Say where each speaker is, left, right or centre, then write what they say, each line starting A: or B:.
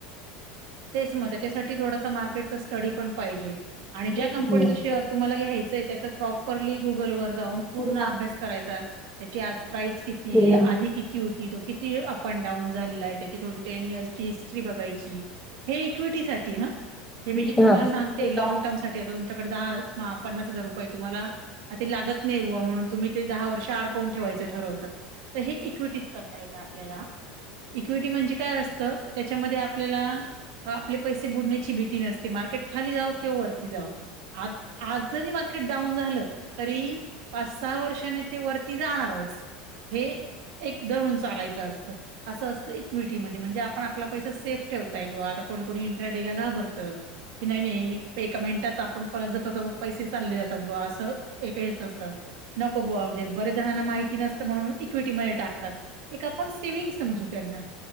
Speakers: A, on the right (about 65°); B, in the centre.
A: तेच मग त्याच्यासाठी थोडासा मार्केटचा स्टडी पण पाहिजे आणि ज्या
B: हम्म.
A: कंपनीच शेअर तुम्हाला घ्यायचंय त्याच प्रॉपरली गुगल वर जाऊन
B: हां.
A: पूर्ण अभ्यास करायचा त्याची आज प्राइस किती
B: हां.
A: आहे? आधी किती होती तो किती अप अँड डाऊन झालेला आहे, त्याची थोडी टेन इयर्सची हिस्ट्री बघायची. हे इक्विटीसाठी हा. हे मी जे
B: हां.
A: तुम्हाला
B: हां. हां.
A: सांगते
B: हां.
A: लाँग टर्मसाठी आता तुमच्याकडे दहा महा पन्नास हजार रुपये तुम्हांला. ते लागत नाही बुवा, म्हणून तुम्ही ते दहा वर्ष अडकवून ठेवायचं ठरवतात तर हे इक्विटीत करता येतं आपल्याला. इक्विटी म्हणजे काय असतं, त्याच्यामध्ये आपल्याला आपले पैसे बुडण्याची भीती नसते, मार्केट खाली जाव किंवा वरती जाव आप आज जरी मार्केट डाऊन झालं, तरी पाच सहा वर्षाने ते वरती जाणारच. हे एक धरून चालायचं असतं. असं असतं इक्विटीमध्ये म्हणजे आपण आपला पैसा सेफ ठेवता येईल बुवा. आता कोणी कोणी <unintelligible> ला घाबरतं. की नाही नाही. एका मिनिटात आपण परत जातो तवा पैसे चालले जातात बुवा असं एक हेच असतं. नको बुवा म्हणजे बरेच जणांना माहिती नसते म्हणून इक्विटीमध्ये टाकतात. एक आपण सेविंग समजू त्यांना.